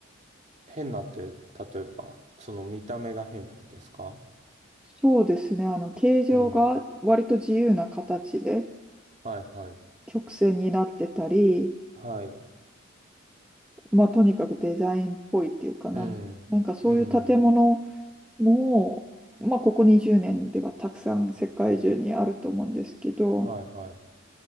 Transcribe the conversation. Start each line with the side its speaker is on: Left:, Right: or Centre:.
Right: 変なって、例えば、その見た目が変ってことですか
Centre: そうですね、あの、形状が割と自由な形で
Right: うん、はい、はい。
Centre: 曲線になってたり、
Right: はい。
Centre: まあ、とにかくデザインっぽいっていうかなん、
Right: うん、
Centre: なんかそういう建物
Right: うん、
Centre: も、まあ、ここ20年ではたくさん世界中にあると思うんですけど、
Right: はい、はい、